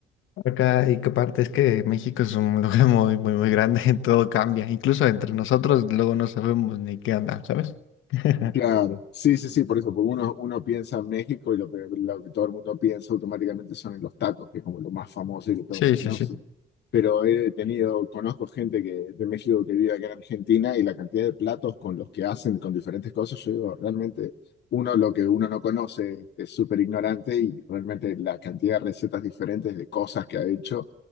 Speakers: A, on the left; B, on the left.
A: Acá, y que aparte es que México es un <laughs> lugar muy, muy, muy grande, <laughs> todo cambia. Incluso entre nosotros luego no sabemos ni qué anda, ¿sabes? <laughs>
B: Claro, sí, sí, sí, por eso, porque uno, uno piensa en México y lo, que- lo que todo el mundo piensa automáticamente son en los tacos, que es como lo más famoso y que todo
A: Sí,
B: el mundo
A: sí,
B: conoce.
A: sí.
B: Pero he tenido, conozco gente que, de México que vive acá en Argentina y la cantidad de platos con los que hacen, con diferentes cosas, yo digo, realmente uno lo que uno no conoce es súper ignorante y realmente la cantidad de recetas diferentes de cosas que ha hecho,